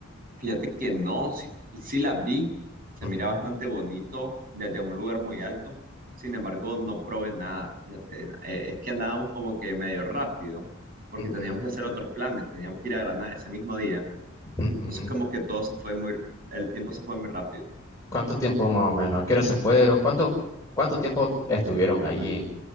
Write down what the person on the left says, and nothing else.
Ujú,
ujú,
ujú.
¿Cuánto tiempo más o menos? ¿A qué hora se fueron? ¿Cuánto, cuánto tiempo estuvieron ahí en,